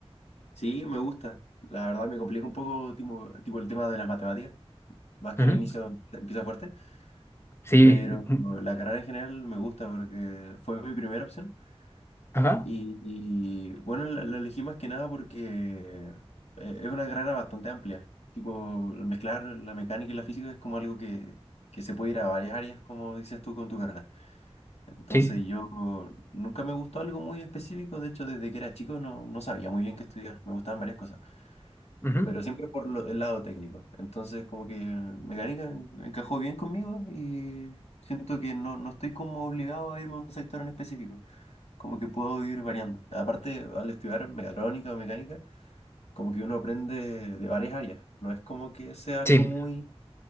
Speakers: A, on the left; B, on the left.
A: Sí, me gusta. La verdad me complica un poco tipo, tipo el tema de las matemáticas, más que
B: Ujú.
A: al inicio empieza empieza fuerte,
B: Sí.
A: pero
B: ujú.
A: la carrera en general me gusta porque fue mi primera opción
B: Ajá.
A: y, y, bueno, la, la elegí más que nada porque eh, es una carrera bastante amplia. Tipo, el mezclar la mecánica y la física es como algo que, que se puede ir a varias áreas, como dices tú, con tu carrera. Entonces
B: Sí.
A: yo nunca me gustó algo muy específico, de hecho desde que era chico no, no sabía muy bien qué estudiar, me gustaban varias cosas.
B: ujú.
A: pero siempre por lo- el lado técnico. Entonces, como que mecánica en- encajó bien conmigo y siento que no, no estoy como obligado a irme a un sector en específico, como que puedo ir variando. Aparte, al estudiar mecatrónica o mecánica, como que uno aprende de varias áreas, no es como que sea algo
B: Sí.
A: muy,